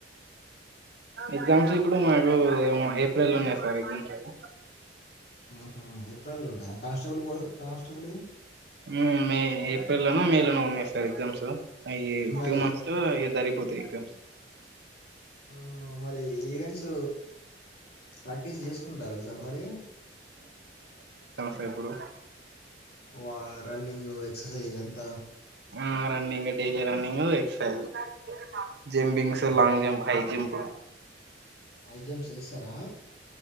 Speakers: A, on the right; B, on the left.
A: ఎగ్జామ్స్ ఇప్పుడు మాకు ఏ ఏప్రిల్ లోనే సార్ ఎగ్జామ్స్ అవి.
B: ఆహా ఏప్రిల్ లోనా కానిస్టేబుల్ కానిస్టేబుల్వి.
A: మ్మ్ మే ఏప్రిల్ లోనో మే లోనో ఉన్నాయి సార్ ఎగ్జామ్స్. అయి
B: మరి
A: టూ మంత్స్లో ఇగ జరిగిపోతాయి ఎగ్జామ్స్.
B: ఆహా! మరి ఈవెంట్స్ ప్రాక్ క్టీస్ చేసుకుంటాల సార్ మరి.
A: ఎప్పుడు
B: వా రన్నింగ్ ఎక్సర్సైజ్ అంత
A: ఆ running daily running exercise jumpings
B: హ్మ్.
A: Long jump high jump.
B: High jumps చేస్తారా.